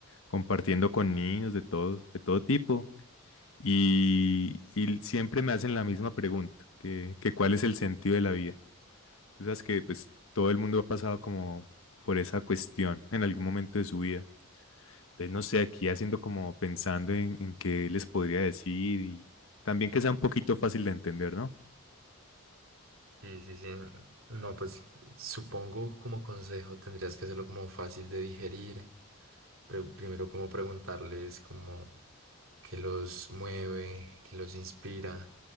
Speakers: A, on the left (about 65°); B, on the right (about 65°).
A: compartiendo con niños de todo, de todo tipo, y, y siempre me hacen la misma pregunta, que, que cuál es el sentido de la vida. Tú sabes que pues todo el mundo ha pasado como por esa cuestión en algún momento de su vida. Entonces, no sé, aquí haciendo como pensando en, en qué les podría decir y también que sea un poquito fácil de entender, ¿no?
B: Sí, sí, sí. No, pues supongo como consejo tendrías que hacerlo como fácil de digerir. Pre- primero como preguntarles como qué los mueve, qué los inspira